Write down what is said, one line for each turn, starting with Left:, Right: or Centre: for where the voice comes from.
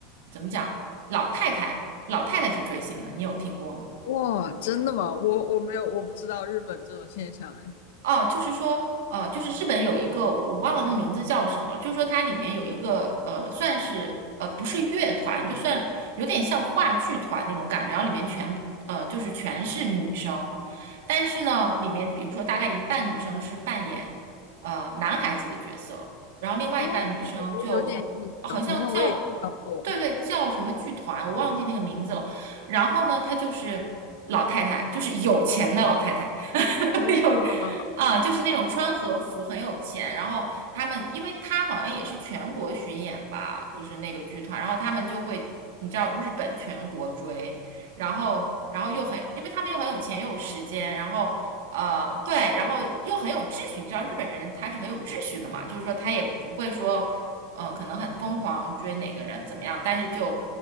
Right: 怎么讲老太太老太太去追星的，你有听过吗？
Left: 哇，真的吗？我我没有，我不知道日本这种现象哎。
Right: 哦，就是说，呃，就是日本有一个我我忘了那个名字叫什么了，就是说它里面有一个呃，算是呃不是乐团，就算有点像话剧团那种感觉，然后里面全呃就是全是女生，但是呢，里面比如说大概一半女生是扮演呃男孩子的角色，然后另外一半女生就
Left: 哦，我有点印象，
Right: 好像叫
Left: 好像我也看到过。
Right: 对对叫什么剧团，我忘记那个名字了。然后呢，她就是老太太，就是有钱的老太太。<laughs>
Left: 哇，
Right: 有啊，就是那种穿和服很有钱，然后他们，因为他好像也是全国巡演吧，就是那个剧团，然后他们就会，你知道日本全国追，然后然后又很，因为他们又很有钱又有时间，然后呃对，然后又很有秩序，你知道日本人他是很有秩序的嘛，就是说他也不会说，
Left: 嗯，
Right: 呃，可能很疯狂追哪个人怎么样，但是就。